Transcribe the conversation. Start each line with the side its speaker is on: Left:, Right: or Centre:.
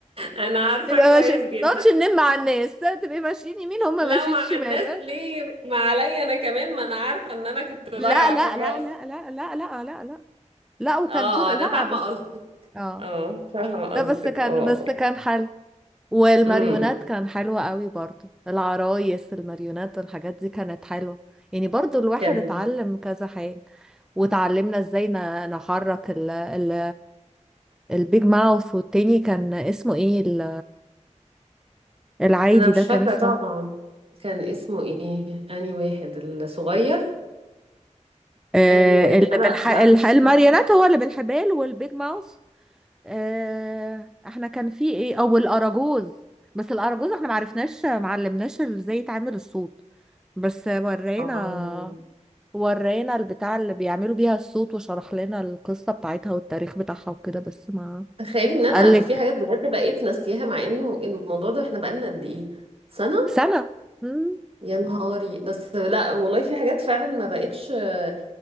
Right: انا عارفة
Centre: نبقى
Right: كويس
Centre: ماشي ما
Right: جدا
Centre: نقعدش نلم على الناس تبقي ماشيين يمين هم
Right: لو
Centre: ماشيين
Right: على
Centre: شمال
Right: الناس ليه ما عليا انا كمان ما انا عارفة ان انا كنت ضايعة
Centre: لا لا
Right: في الرقص
Centre: لا لا لا لا لا لا لا لا وكان
Right: اه
Centre: طول
Right: اه انا
Centre: لا
Right: فاهمة
Centre: بس
Right: قصدك
Centre: اه
Right: اه فاهمة قصدك
Centre: لا بس كان
Right: اه
Centre: بس كان حل والماريونات
Right: امم
Centre: كان حلوة قوي برضو العرايس الماريونات والحاجات دي كانت حلوة يعني برضو الواحد
Right: كان
Centre: اتعلم كذا حاجة وتعلمنا ازاي ن- نحرك ال ال البيج ماوث والتاني كان اسمه ايه ال- العادي
Right: انا مش
Centre: ده كان
Right: فاكره
Centre: اسمه
Right: طبعا
Centre: إيه؟
Right: كان اسمه ايه اني واحد الصغير
Centre: آه
Right: اني واحد
Centre: اللي
Right: انا
Centre: بالح...
Right: لا
Centre: الح...
Right: مش
Centre: الماريونات
Right: فاكره
Centre: هو اللي بالحبال والبيج ماوث آه احنا كان في ايه او الاراجوز بس الاراجوز احنا معرفناش معلمناش ازاي يتعمل الصوت بس ورينا
Right: اه
Centre: ورينا البتاع اللي بيعملوا بيها الصوت وشرح لنا القصة بتاعتها والتاريخ بتاعها وكده بس ما
Right: تخيلي ان
Centre: قالك
Right: انا في حاجات بجد بقيت ناسياها مع انه الموضوع ده احنا بقالنا قد ايه سنه
Centre: سنة مم.
Right: يا نهاري بس لا والله في حاجات فعلا ما بقتش آه،